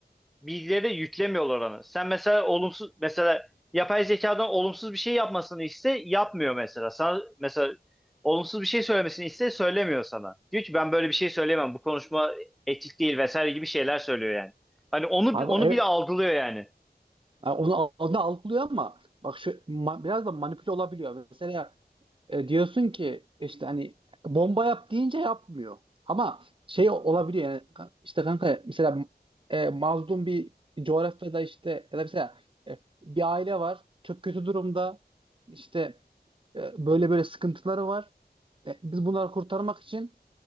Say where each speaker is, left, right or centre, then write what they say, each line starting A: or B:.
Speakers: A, in the centre; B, on the right.
A: bilgileri de yüklemiyorlar ona. Sen mesela olumsuz mesela yapay zekadan olumsuz bir şey yapmasını iste yapmıyor mesela. Sana mesela olumsuz bir şey söylemesini iste söylemiyor sana. Diyor ki ben böyle bir şey söyleyemem. Bu konuşma etik değil vesaire gibi şeyler söylüyor yani. Hani onu
B: Abi
A: onu
B: evet
A: bile algılıyor yani.
B: yani onu, onu algılıyor ama bak şu ma- biraz da manipüle olabiliyor. Mesela E, diyorsun ki işte hani bomba yap deyince yapmıyor. Ama şey olabiliyor yani ka- işte kanka mesela e, mazlum bir coğrafyada işte ya da mesela e, bir aile var çok kötü durumda işte e, böyle böyle sıkıntıları var. E, biz bunları kurtarmak için